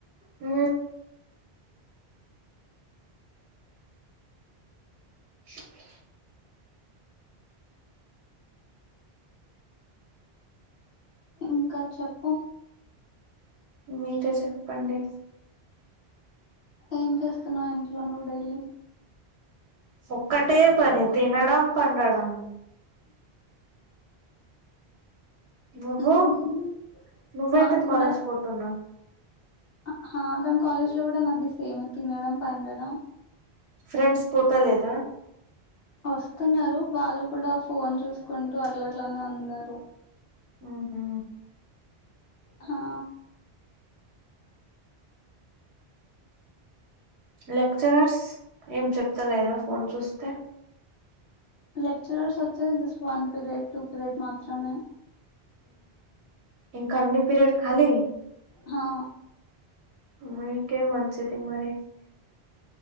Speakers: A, on the right; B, on the left.
A: ఊ శుక్ర
B: ఇంకా చెప్పు
A: మీరే చెప్పండి
B: ఏం చేస్తున్నావ్ ఇంట్లో నువ్ డేలీ
A: ఒక్కటే పని తినడం పండడం నువ్వు
B: ఉహు
A: నువ్వైతే
B: నాది
A: కాలేజ్
B: కూడా
A: పోతున్నావ్
B: ఆ హా కాన్ కాలేజ్ లో గూడా నాది సేమె తినడం పండడం
A: ఫ్రెండ్స్ పోతలేదా
B: ఒస్తున్నారు వాళ్ళు కూడా ఫోన్ చూసుకుంటూ అట్ల అట్లనే ఉన్నరు
A: ఊహు
B: హా
A: లెక్చరర్స్ ఏం చెప్తా లేదా ఫోన్ చూస్తే
B: లక్చరర్స్ వచ్చే just one period two period మాత్రమే
A: ఇంకా పిరియడ్ కాలీ
B: హా
A: మీకేం మంచిది మరి